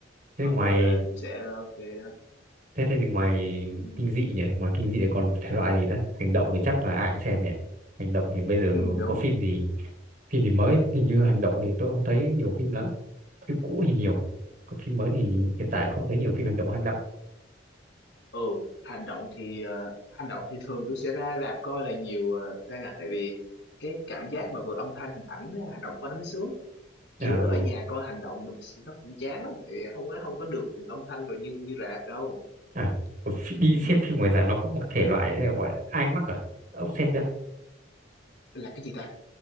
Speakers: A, on the right; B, on the left.
A: thế
B: coi
A: ngoài
B: bộ là cũng sẽ ok đó
A: thế thế thì ngoài
B: ừ
A: kinh dị nhỉ ngoài kinh dị thì còn thể loại gì nữa hành động thì chắc là ai cũng xem nhỉ hành động thì bây giờ
B: ừ đúng
A: có phim gì phim gì mới hình như hành
B: hành
A: động thì tôi không thấy nhiều phim lắm phim cũ thì nhiều còn phim mới thì hiện tại không thấy nhiều phim hành động hay lắm
B: ừ hành động thì ờ, hành động thì thường tôi sẽ ra rạp coi là nhiều ờ, ra ngà tại vì cái cảm giác mà vừa âm thanh hình ảnh với hành động coi nó mới sướng chứ
A: à, ừ.
B: ở nhà coi hành động nó cũng chán lắm tại vì không có không có được âm thanh rồi như như rạp đâu
A: à phi- đi
B: ừ.
A: xem phim ngoài rạp nó có một thể loại này gọi là IMAX à ông xem chưa
B: là cái gì ta